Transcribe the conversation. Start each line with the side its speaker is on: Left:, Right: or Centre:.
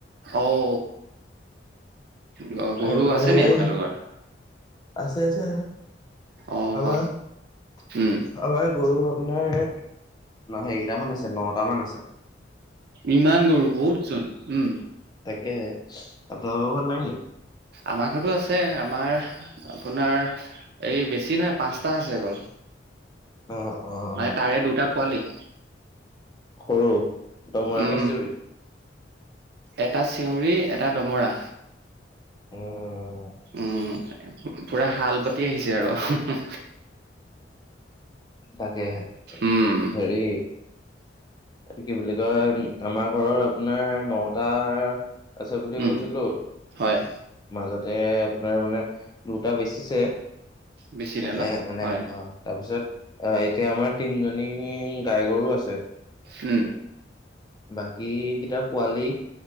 Right: অঁ গ
Left: আহি
Right: গৰু
Left: পেলাই
Right: আছে নি আপোনালোকৰ?
Left: আছে আছে
Right: অ
Left: আমাৰ-
Right: উম,
Left: আমাৰ গৰু আপোনাৰ সেৰিটামান আছে নহটা মান আছে।
Right: ইমান গৰু বহুত চোন উমঁ।
Left: তাকেহে আপোনালোকৰ ঘৰত নাই নি?
Right: আমাৰ ঘৰতো আছে আমাৰ আপোনাৰ- এই বেছি নাহই পাঁচটা আছে অকল।
Left: অঁ অহ!
Right: মানে তাৰে দুটা পোৱালি-
Left: সৰু। দমৰা
Right: উমঁ
Left: নে চেউৰী
Right: এটা চিউৰি এটা দমৰা।
Left: অঁ অঁ!
Right: উমঁ পুৰা হাল বাতি আহিছে আৰু।
Left: তাকে হে
Right: উম,
Left: হেৰি- এইটো কি বুলি কয় আমাৰ ঘৰৰ আপোনাৰ নটাৰ <unintelligible>
Right: উম, হয়
Left: মাজতে আপোনাৰ মানে দুটা বেচিছে।
Right: বেচিলে
Left: <unintelligible> অ'।
Right: ন হয়
Left: তাৰপিছত অ', এতিয়া আমাৰ তিনিজনী গাই গৰু আছে।
Right: উম।
Left: বাকী কেইটা পোৱালি